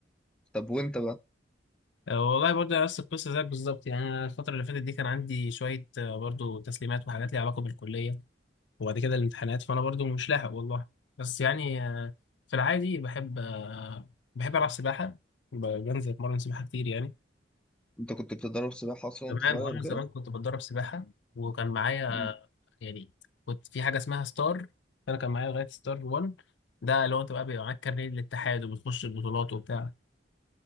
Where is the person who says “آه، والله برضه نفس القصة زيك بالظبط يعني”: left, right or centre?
Left